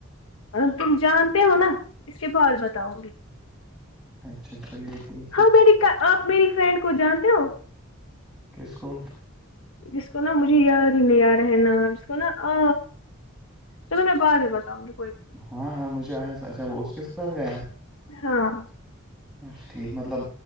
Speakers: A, on the left; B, in the centre.
A: اب تم جانتے ہو نا اس کے بعد بتاؤ
B: اچھا چلیے ٹھیک ہے
A: آپ میری کا آپ میری فرینڈ کو جانتے ہو
B: کس کو
A: جس کو نا مجھے یاد ہی نہی آرہا نام اسکو نا ا چلو میں بعد میں بتاؤنگی
B: ہاں ہاں مجھے آیا اچھا وہ اس کے ساتھ گیا
A: ہاں
B: اچھا ٹھیک مطلب